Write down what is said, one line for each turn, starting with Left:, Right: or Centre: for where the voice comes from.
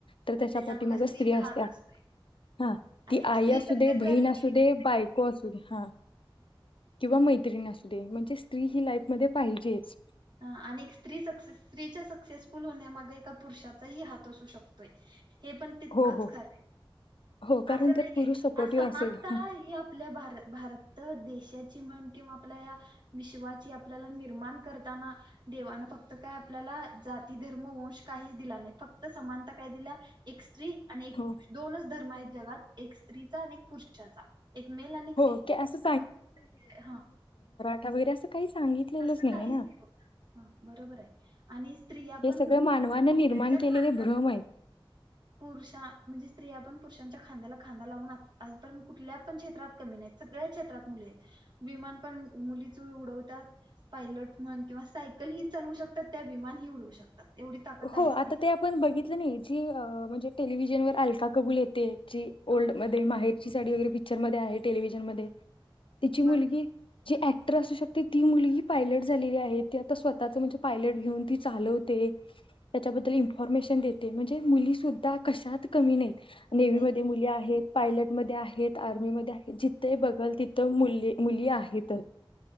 Left: तर त्याच्यापाटिमाग
Right: त्याच्या मग स्त्रीचा
Left: स्त्री असत्या
Right: हात असतो
Left: हा
Right: आणि
Left: ती आई
Right: एक स्त्री
Left: असू
Right: सक्सेस
Left: दे बहीण
Right: झाली
Left: असू
Right: की
Left: दे बायको असू दे हा किंवा मैत्रीण असू दे म्हणजे स्त्री ही लाईफ मध्ये पाहिजेच
Right: आणि एक स्त्री सक्से स्त्रीच्या सक्सेसफुल होण्यामागे एका पुरुषाचाही हात असू शकतोय हे पण तितकंच
Left: हो हो
Right: खर आहे
Left: हो कारण
Right: असं नाही
Left: तर
Right: के
Left: पुरुष सपोर्टिव्ह
Right: समानता
Left: असेल हं,
Right: ही आपल्या भार भारत देश ह्याची म्हण किंवा आपल्या या विश्वाची आपल्याला निर्माण कर देवाना फक्त काय आपल्याला जाती धर्म वंश काहीच दिला नाही फक्त समानता काय दिल्या एक स्त्री आणि एक
Left: हो
Right: दोनच धर्म आहेत जगात एक स्त्रीचा आणि एक पुरुषाचा एक मेल आणि एक
Left: हो
Right: फिमेल
Left: की असं
Right: आता तरी हा
Left: त्या वगैेरे असं काही सांगितलेलंच
Right: तस
Left: नाहीये
Right: काहीच
Left: ना
Right: नाहीत ह बरोबर आहे आणि स्त्रिया
Left: हे
Right: पण
Left: सगळं मानवानं
Right: खदार
Left: निर्माण केलेले भ्रम आहेत
Right: पुरुषा म्हणजे स्त्रिया पण पुरुषांच्या खांद्याला खांदा लावून आजपर्यंत कुठल्या पण क्षेत्रात कमी नाहीत सगळ्या क्षेत्रात मुले आहेत विमान पण मुली च उडवत पायलट म्हण किंवा सायकल हि चालवू शकतात त्या विमानही उडवू शकतात एवढी ताकद आहे
Left: हो
Right: स्त्रिया
Left: आता ते आपण बघितलं नाही जी अअअ म्हणजे टेलिव्हिजनवर अलका कबूल यते ची
Right: हो
Left: ओल्ड मध्ये माहि ची साडी वगैरे पिक्चरमध्ये आहे. टेलिव्हिजन मध्ये तिची मुलगी
Right: बर
Left: जी ॲक्टर असू शकते ती मुलगी पायलट झालेली आहे ती आता स्वतःच म्हणजे पायलट घेऊन ती चालवते. त्याच्याबद्दल इन्फॉर्मेशन देते म्हणजे मुली सुद्धा कशात कमी नाही नेवी
Right: नाही
Left: मध्ये मुली आहेत पायलटमध्ये आहेत आर्मीमध्ये आहेत जिथे बघल तिथ मुली मुली आहेत